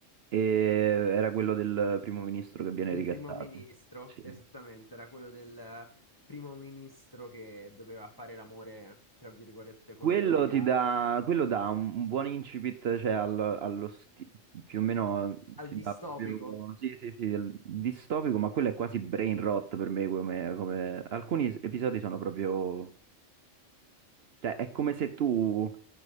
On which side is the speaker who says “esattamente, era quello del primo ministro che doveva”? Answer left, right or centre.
Left